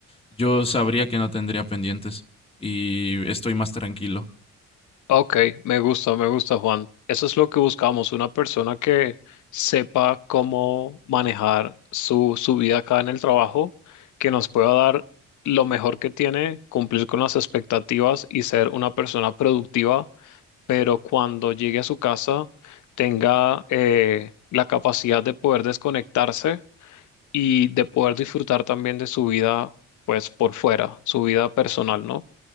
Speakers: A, on the left; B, on the left.
A: yo sabría que no tendría pendientes y estoy más tranquilo,
B: Ok, me gusta, me gusta, Juan. Eso es lo que buscamos, una persona que sepa cómo manejar su, su vida acá en el trabajo, que nos pueda dar lo mejor que tiene, cumplir con las expectativas y ser una persona productiva, pero cuando llegue a su casa tenga eh, la capacidad de poder desconectarse y de poder disfrutar también de su vida, pues por fuera, su vida personal, ¿no?